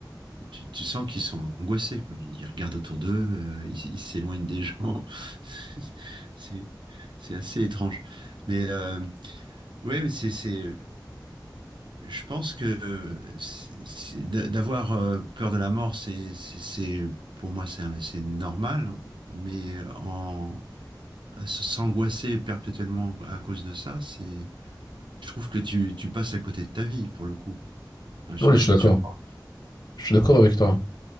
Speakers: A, on the right (about 80°); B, on the left (about 60°).
A: euh, tu, tu sens qu'ils sont angoissés, quoi. Ils regardent autour d'eux, euh, ils ils s'éloignent des gens. <laughs> C'est c'est assez étrange. Mais euh, ouais, mais c'est c'est. Je pense que euh, c'est- c'est- d'a- d'avoir euh, peur de la mort, c'est c'est c'est- pour moi c'est un- c'est normal. Mais en s- s'angoisser perpétuellement à cause de ça, c'est Je trouve que tu, tu passes à côté de ta vie pour le coup. Je je
B: Non,
A: sais pas
B: mais je
A: ce
B: suis
A: que
B: d'accord.
A: tu en penses.
B: Je suis d'accord avec toi.